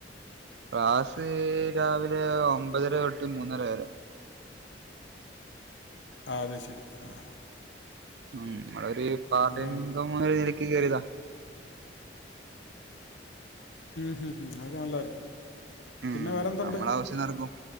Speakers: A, on the right; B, on the left.
A: ക്ലാസ് രാവിലെ ഒമ്പതര തൊട്ട് മൂന്നര വരെ
B: ആഹ് അതെ ശരി ആഹ്
A: ഉം നമ്മളൊരു പാർടൈം
B: ഒമ്പത് മണി
A: ഇൻകം
B: തൊട്ട് ഒമ്പത്.
A: എന്ന നിലക്ക് കേറിയതാ
B: ഉം ഉം അതൊക്കെ നല്ലായിരിക്കും
A: ഉം
B: പിന്നെ വേറെതുണ്ട്
A: നമ്മളെ ആവശ്യം നടക്കും